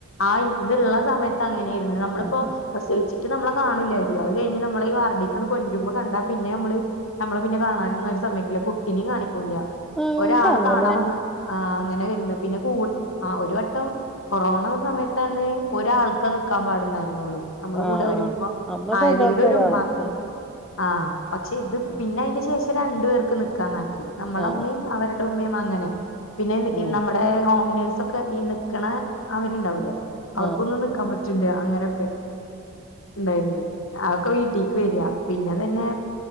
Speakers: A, on the left; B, in the centre.
A: ആ ഇത്ള്ള സമയത്ത് അങ്ങനെയായിരുന്നു നമ്മളിപ്പോ
B: ആ, ആ.
A: പ്രസവിച്ച് നമ്മളെ കാണില്ല അവര് അത് കഴഞ്ഞ് നമ്മളെഈ വാർഡിക്ക് കൊണ്ടരുമ്പോ കണ്ടാ പിന്നെ നമ്മള് നമ്മള് പിന്നെ കാണാനൊന്നും ഒരു സമയക്കില്ല കുട്ടിനും കാണിക്കൂില്ല
B: ആ,
A: ഒരാള്
B: എന്താ അങ്ങനെ
A: കാണാൻ വന്ന ആ അങ്ങനെ പിന്നെ ആ ഒരു വട്ടം കൊറോണ സമയത്താണ് ഒരാൾക്കാ നിക്കാൻ പാടുണ്ടായിരുന്നുള്ളൂ നമ്മുടെ
B: ആ
A: കൂടെ ഒരു
B: ആ
A: ഉമ്മ
B: അന്നൊക്കെ
A: ആയതെങ്കിലും
B: എല്ലാവർക്കും
A: ഒരു
B: ഒരാള്
A: ഉമമാക്ക്
B: ഉം,
A: നി ആഹ് പക്ഷെ ഇത്
B: ഉം.
A: പിന്നെ അതിന്റെ ശേഷം രണ്ടു പേർക്ക് നൽക്കാന്നാക്കി നമ്മള
B: ആ
A: ഉമ്മയും അവരുടെ ഉമ്മയും അങ്ങനെ പിന്നെ
B: ആ
A: നമ്മുടെ ഓമിനേഴ്സ് ഒക്കെ ഈ നിക്കണ അവരുണ്ടാവൂല്ലേ അവർക്കൊന്നും
B: ആ ആ
A: നിക്കാൻ പറ്റില്ല അങ്ങനൊക്കെ ഉണ്ടായിരുന്നു ആ ക്കെ വീട്ടിലക്ക് വരിക പിന്നെ തന്നെ